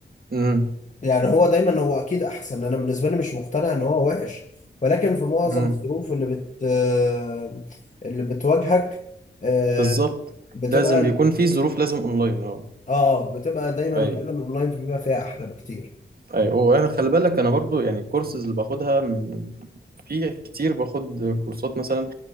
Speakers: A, on the right; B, on the left.
A: امم
B: يعني هو دايما هو أكيد أحسن أنا بالنسبة لي مش مقتنع إن هو وحش ولكن في معظم
A: امم
B: الظروف اللي بت آه، اللي بتواجهك آه،
A: بالظبط
B: بتبقى
A: لازم بيكون في ظروف لازم اونلاين اه
B: اه بتبقى دايما غالبا
A: ايوه
B: اونلاين بيبقى فيها احلى بكتير
A: ايوه وانا خلي بالك انا برضو يعني الكورسز اللي باخدها م- في كتير باخد كورسات مثلا